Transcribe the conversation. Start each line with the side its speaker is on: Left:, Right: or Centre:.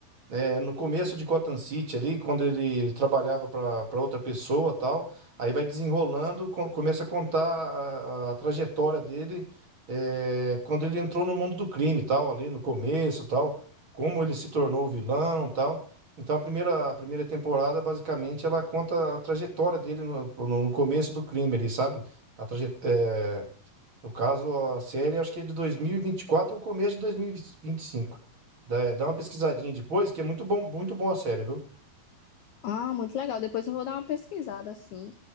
Right: é, no começo de Gotham City ali, quando ele, ele trabalhava para outra pessoa tal, aí vai desenrolando, co- começa a contar a, a trajetória dele é, quando ele entrou no mundo do crime tal, ali no começo tal, como ele se tornou vilão tal. Então a primeira, a primeira temporada, basicamente, ela conta a trajetória dele no, no- no começo do crime ali, sabe? A trajetória. No caso, a série acho que é de dois mil e e vinte e quatro ou começo de dois mil e e vinte e cinco Dá, dá uma pesquisadinha depois, que é muito bom, muito bom a série, viu?
Left: Ah, muito legal. Depois eu vou dar uma pesquisada assim.